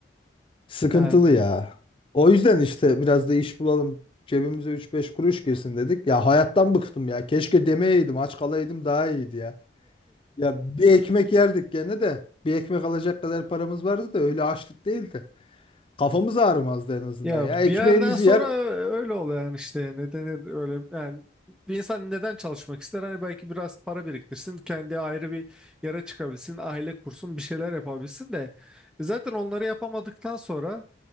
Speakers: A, on the left; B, in the centre.
A: Sıkıntılı
B: yani
A: ya. O yüzden işte biraz da iş bulalım. Cebimize üç beş kuruş girsin dedik. Ya hayattan bıktım ya. Keşke demeyeydim, aç kalaydım daha iyiydi ya. Ya bir ekmek yerdik gene de. Bir ekmek alacak kadar paramız vardı da öyle açlık değildi. Kafamız ağrımazdı en azından
B: ya
A: ya. Ekmeğimizi
B: bir yerden sonra
A: yer.
B: öyle oluyor yani işte neden öyle yani bir insan neden çalışmak ister hani belki biraz para biriktirsin kendi ayrı bir yere çıkabilsin aile kursun bir şeyler yapabilsin de E zaten onları yapamadıktan sonra